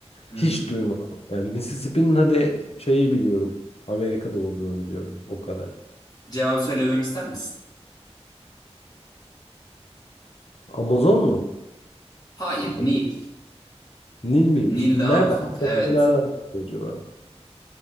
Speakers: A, on the left; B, on the left.
A: Hı
B: hiç
A: hı.
B: duymadım. Yani Mississippi'nin hadi şeyi biliyorum. Amerika'da olduğunu biliyorum. O kadar.
A: Cevabı söylememi ister misin?
B: Amazon mu?
A: Hayır,
B: Amazon.
A: Nil.
B: Nil miymiş?
A: Nil
B: Nereden
A: daha uzun. Evet.
B: baktı? Nereden baktı acaba?